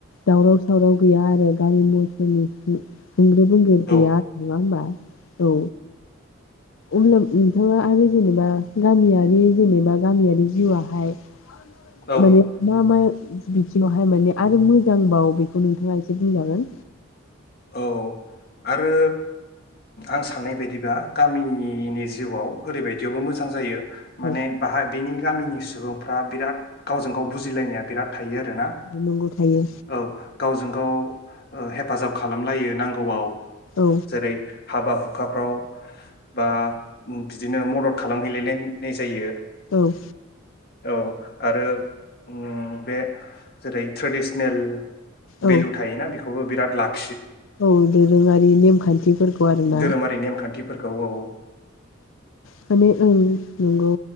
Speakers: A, on the left; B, on the left.
A: दावराव सावराव गैया आरो गारि मथरनि बोंग्रो बोंग्रो
B: औ
A: गैया आरो नङा होनोमबा। औ। अब्ला नोंथाङा आरो जेनेबा गामियारि जेनेबा गामियारि जिउआहाय।
B: औ
A: माने मा मा? बिथिनावहाय माने आरो मोजांबावो बेखौ नोंथाङा एसे बुंजागोन।
B: औ। आरो आं साननाय बायदिबा गामिनि जिउआव ओरैबायदियावबो मोजां जायो।
A: औ
B: माने बाहाय बेनि गामिनि सुबुंफ्रा बिराद गावजों गाव बुजिलायनाया बिराद थायो आरोना।
A: नंगौ थायो
B: औ। गावजों गाव ओ हेफाजाब खालामलायो नांगौआव।
A: औ
B: जेरै हाबा हुखाफ्राव बा। बिदिनो मदद खालामहैलाय लायनाय जायो।
A: औ।
B: औ आरो ओम बे जेरै ट्रेडिसनेल
A: औ
B: बेलु थायो ना बे। खौबो बिराद लाख।
A: औ दोरोङारि नेमखान्थिफोरखौ आरोना
B: धोरोमारि नेमखान्थिफोरखौ औ
A: माने ओं नोंगौ।